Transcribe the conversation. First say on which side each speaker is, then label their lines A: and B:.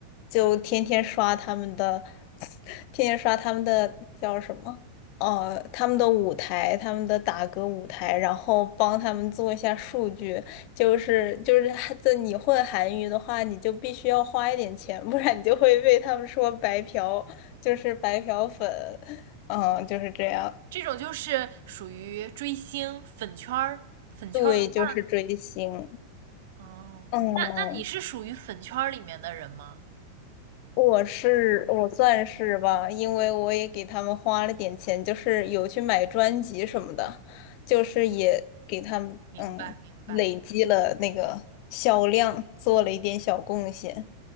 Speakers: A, on the left; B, on the right.
A: 就天天刷他们的，<laughs> 天天刷他们的叫什么？呃，他们的舞台，他们的打歌舞台，然后帮他们做一下数据。就是就是还，在你混韩娱的话，你就必须要花一点钱，不然你就会被他们说白嫖，就是白嫖粉。<laughs> 嗯，就是这样。
B: 这种就是属于追星粉圈儿、粉圈儿文化。
A: 对，就是追星。
B: 哦，
A: 嗯。
B: 那那你是属于粉圈儿里面的人吗？
A: 我是我算是吧，因为我也给他们花了点钱，就是有去买专辑什么的，就是也给他们嗯累积了那个销量，
B: 明白明白。
A: 做了一点小贡献。